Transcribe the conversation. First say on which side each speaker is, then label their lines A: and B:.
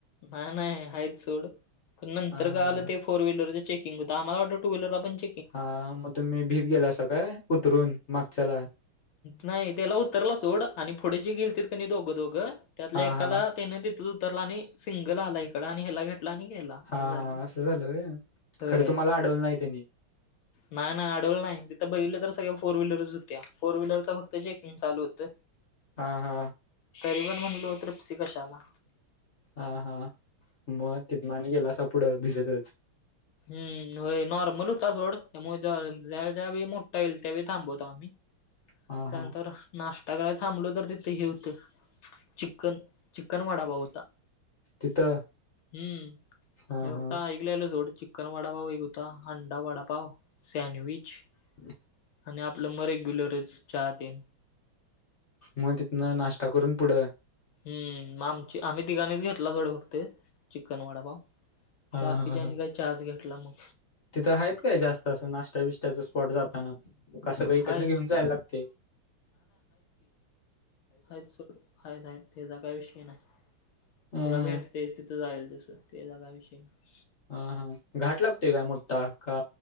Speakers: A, on the left; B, on the left.
A: नाय नाय हायत सोड पण नंतर
B: हा
A: कळालं
B: हा हा.
A: ते फोर व्हीलरच चेकिंग हुंत आम्हाला वाटलं टू व्हीलरला पण चेक
B: हां मग तुम्ही भीत गेलासा काय उतरून मागच्याला?
A: नाय त्याला उतरला सोड आणि पुढ जी गेलतीत क नी दोघं दोघं त्यातल्या
B: हा
A: एकाला
B: हा
A: तेन तिथंच उतरला आणि सिंगल आला हिकडं आणि ह्याला घे तला आणि गेला
B: हा
A: अस झालं
B: हा असं झालं व्हय.
A: होय.
B: खरं तुम्हाला अडवलं नाही त्यांनी
A: नाय नाय न आडवलं नाय तिथं बघितलं तर सगळ्या फोर व्हीलरच हुंत्या फोर व्हीलरच फ क्त- चेकिंग चालू होत
B: हा हा
A: तरी पण म्हणलो ट्रिप्सी कशाला.
B: हां हां म तिथन आणि गेलासा पुढं भिजतच?
A: हम्म, होय नॉर्मल हुंता सोड त्यामूळ ज्या ज्या वेळी मोठा येईल त्या वेळी थांबवतो आम्ही.
B: हा
A: त्यानंतर
B: हा
A: नाष्टा करायला थांबलो तर तिथं हे हुतं. चिकन चिकन वडापाव हुंता
B: तिथं
A: हम्म,
B: हा
A: हे फक्त
B: हा.
A: ऐकलेलं सोडं चिकन वाडापाव एक हुं ता, अंडा वडापाव, सँडविच
B: <inaudible>
A: आणि आपलं म रेग्युलरच चहा ते.
B: म तिथनं नाष्टा करून पुढं?
A: हम्म, म आमची आम्ही तिघांनीच घेतला सोड फक्त चिकन वडापाव.
B: हा
A: बाकीच्यानी
B: हा हा.
A: काय चहाच घेतला मग.
B: तिथं हायत काय जास्त असं नाष्टा बिष्ट्याच स्पॉट जाताना? का सगळं इकडण
A: हाय
B: घीवून जायला लागतय?
A: हायत सोड हायत हायत त्याजा काय विषय नाय.
B: हा
A: तुला
B: हा
A: भेटतयच तिथं जाईल तसं तेचा काय विषय नाय.
B: हां हां घाट लागतोय काय मोठा का